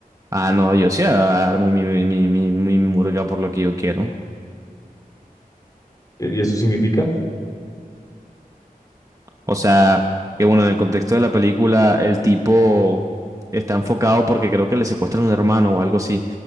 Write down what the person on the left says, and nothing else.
¿qué- ¿Y eso significa?